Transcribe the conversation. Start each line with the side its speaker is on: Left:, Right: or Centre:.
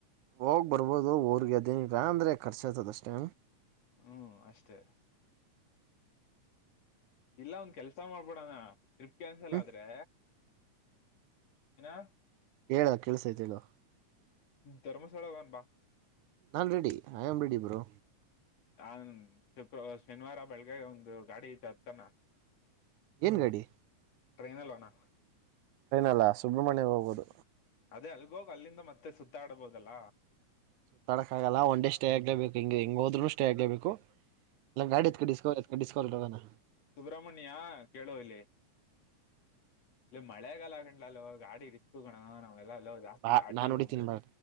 Right: ಹೋಗ್ ಬರ್ಬೋದು ಊರ್ಗೆ ಅದೇಗ ಅಂದ್ರೆ ಕರ್ಚು ಆಯ್ತದ ಅಷ್ಟೇ.
Left: ಹ್ಮ್ ಅಷ್ಟೇ. ಇಲ್ಲ ಒಂದ ಕೆಲ್ಸ ಮಾಡ್ಬೋಡಣ ಟ್ರಿಪ್ ಕ್ಯಾನ್ಸಲ್
Right: ಹ್ಮ್
Left: ಆದ್ರೆ. <unintelligible>
Right: ಹೇಳ ಕೆಲ್ಸ್ಥೈಥೆ ಹೇಳು.
Left: ಧರ್ಮಸ್ಥಳ ಹೋಗನ ಬಾ.
Right: ನಾನ್ ರೆಡಿ ಯಾಮ್ ರೆಡಿ ಬ್ರೋ.
Left: ನಾನ್ ಶುಕ್ರ ಶನಿವಾರ ಬೆಳಗ್ಗೆ ಒಂದು ಗಾಡಿ ಹತ್ತನ.
Right: ಏನ್ ಗಾಡಿ.
Left: ಟ್ರೈನಲ್ಲೋಣ.
Right: ಟ್ರೈನ್ನಲ್ಲ ಸುಬ್ರಹ್ಮಣ್ಯ ಹೋಗೋದು.
Left: ಅದೇ ಅಲ್ಗೋಗ್ ಅಲ್ಲಿಂದ ಮತ್ತೆ ಸುತ್ತಾಡ್ಬೋದಲ್ಲ.
Right: ಸುತ್ತಾಡಕ್ ಆಗಲ್ಲ ಒನ್ ಡೇ ಸ್ಟೇ ಆಗ್ಲೇಬೇಕು ಹಿಂಗ ಹೆಂಗ್ ಹೋದ್ರುನು ಸ್ಟೇ ಆಗ್ಲೇಬೇಕು. ಇಲ್ಲ ಎತ್ಕೋ ಡಿಸ್ಕವರಿ ಡಿಸ್ಕವರಿ ಅಲ್ಲಿ ಹೋಗನ.
Left: ಸುಬ್ರಮಣ್ಯ ಕೇಳು ಇಲ್ಲಿ. ಇಲ್ಲಿ ಮಳೆಗಾಲ ಕನಲ ಲೋ ಗಾಡಿ ರಿಸ್ಕ್ ಕಣೋ. ಅಲ್ಲ ಲೋ ಜಾಸ್ತಿ
Right: ಬಾ
Left: ಘಾಟಿ
Right: ನಾನ್
Left: ಹೊಡ್ದು.
Right: ಹೊಡಿತೀನಿ ಬಾ